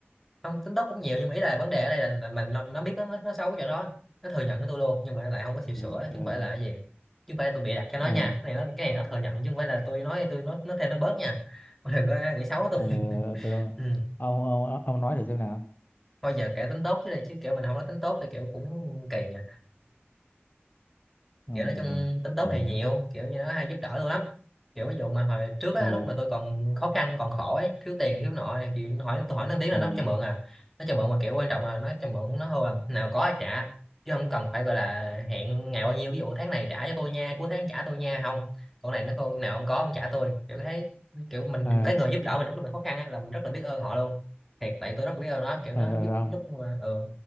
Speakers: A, in the centre; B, on the left.
A: không tính tốt cũng nhiều nhưng mà ý là vấn đề ở đây là, là mình nó, nó biết nó, nó nó xấu cái chỗ đó nó thừa nhận với tôi luôn nhưng mà lại không có chịu sửa
B: Ừ,
A: chứ
B: ừ,
A: không phải là cái gì chứ không phải là tôi bịa đặt cho nó
B: ừ,
A: nha cái này nó cái này nó thừa nhận chứ không phải là tôi nói tôi nói nó thêm nó bớt nha <laughs> đừng có nghĩ xấu tôi
B: ừ,
A: <laughs>
B: ừ.
A: ừ.
B: Ông, ông, ông nói thử xem nào.
A: thôi giờ kể tính tốt chứ đây chứ kiểu mình không nói tính tốt thì kiểu cũng kỳ nhỉ
B: Ừ,
A: kiểu nói chung tính tốt
B: ừ,
A: thì nhiều kiểu như nó hay giúp đỡ tôi lắm kiểu ví dụ mà hồi trước á
B: ừ,
A: lúc mà tôi còn khó khăn còn khổ ấy, thiếu tiền thiếu nọ này thì nó hỏi tôi hỏi nó tiếng là
B: ừ,
A: nó cho mượn à nó cho mượn mà kiểu quan trọng là nó cho mượn nó hô là nào có ai trả chứ không cần phải gọi là hẹn ngày bao nhiêu ví dụ tháng này trả cho tôi nha cuối tháng trả tôi nha không còn này nó cô nào không có không trả tôi kiểu thấy kiểu mình
B: ừ,
A: cái người giúp đỡ mình trong lúc mình khó khăn á, là mình rất là biết ơn họ luôn thiệt tại tôi rất là biết ơn nó kiểu
B: ừ,
A: nó
B: ừ,
A: giúp
B: ừ, ông.
A: lúc mà ừ,